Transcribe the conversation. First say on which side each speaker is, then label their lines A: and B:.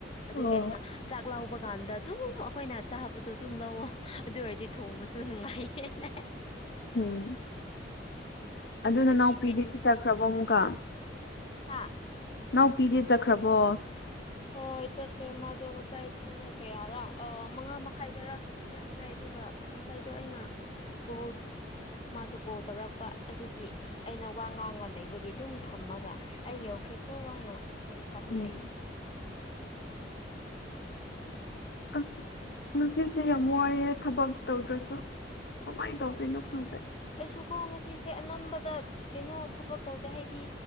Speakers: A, on the left; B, on the left.
A: ꯑꯗꯨꯒꯤ
B: ꯑꯣ
A: ꯑꯩꯅ ꯆꯥꯛ ꯂꯥꯎꯕ ꯗꯨꯀꯥꯟꯗ ꯑꯗꯨꯝ ꯑꯩꯈꯣꯏꯅ ꯆꯥꯕꯗꯣ ꯑꯗꯨꯝ ꯂꯧꯑꯣꯣ ꯑꯗꯨ ꯑꯣꯏꯔꯗꯤ ꯊꯣꯡꯕꯁꯨ ꯅꯨꯡꯉꯥꯏꯌꯦꯅꯅ
B: ꯎꯝ ꯑꯗꯨ
A: ꯍꯟꯗꯛꯇꯤ
B: ꯅꯅꯥꯎꯄꯤꯗꯤꯗꯤ ꯆꯠꯈ꯭ꯔꯕꯣ ꯑꯃꯨꯛꯀ
A: ꯍꯥꯥ
B: ꯅꯥꯎꯄꯤꯗꯤ ꯆꯠꯈ꯭ꯔꯕꯣ
A: ꯍꯣꯏꯣꯏ ꯆꯠꯈ꯭ꯔꯦ ꯃꯥꯗꯣ ꯉꯁꯥꯏ ꯄꯨꯡ ꯀꯌꯥꯔ ꯃꯉꯥ ꯃꯈꯥꯏꯗꯔ ꯆꯠꯈ꯭ꯔꯦ ꯑꯗꯨꯒ ꯉꯥꯏꯩꯅ ꯀ ꯀ ꯀꯣ ꯇꯛ ꯑꯩꯅ ꯄꯉꯥꯡꯒ ꯂꯩꯕꯒꯤ ꯑꯗꯨꯝ ꯊꯝꯃꯒ ꯑꯩ ꯌꯧꯈ꯭ꯔꯦꯀꯣ ꯍꯥꯏꯅ ꯇꯦꯛꯁ ꯊꯥꯕꯤꯔꯛꯑꯦ
B: ꯎꯝ ꯑꯁ ꯉꯁꯤꯁꯦ ꯌꯥꯝ ꯋꯥꯏꯑꯦ ꯊꯕꯛ ꯇꯧꯗ꯭ꯔꯁꯨ ꯀꯃꯥꯏꯗ ꯄ ꯅ ꯈꯣꯏ
A: ꯑꯩꯁꯨ ꯈꯣꯡ ꯉꯁꯤꯁꯦ ꯑꯅꯝꯕꯗ ꯀꯩꯅꯣ ꯊꯕꯛ ꯇꯧꯗꯦ ꯍꯥꯏꯗꯤ